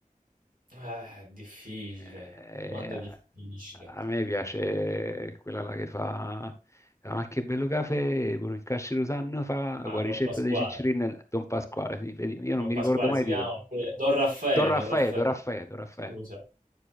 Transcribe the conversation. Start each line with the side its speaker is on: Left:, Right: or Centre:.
Right: Eh, difficile,
Left: Eh,
Right: domanda difficile.
Left: a me piace quella là che fa Ma che bello caffè, pure il Cascirutano fa
Right: Ah,
Left: Guaricetta
Right: Don Pasquale.
Left: dei Ciccirini e Don Pasquale, sì, vedi, io non
Right: Don
Left: mi
Right: Pasquale
Left: ricordo mai
Right: si
Left: il
Right: chiama,
Left: titolo.
Right: oppure Don Raffaele,
Left: Don Raffaè,
Right: Don Raffaele,
Left: Don Raffaè, Don Raffaè,
Right: scusa.